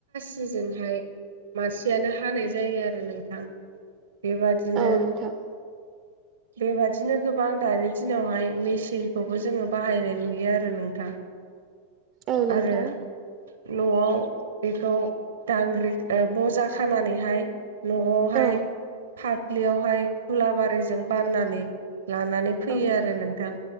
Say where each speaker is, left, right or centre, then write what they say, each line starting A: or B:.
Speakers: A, on the right (about 65°); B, on the right (about 35°).
A: सिजोंहाय मानसियानो हानाय जायो आरो नोंथां बेबादिनो
B: औ नोंथां
A: बेबादिनो गोबां दानि दिनावहाय मेसिनखौबो जोङो बाहायनाय नुयो आरो नोंथां
B: औ नोंथां
A: आरो न'आव बेखौ दांग्रि बजा खानानैहाय न'आवहाय
B: औ
A: फाफ्लियावहाय फुलाबारिजों बाननानै लानानै फैयो
B: औ
A: आरो नोंथां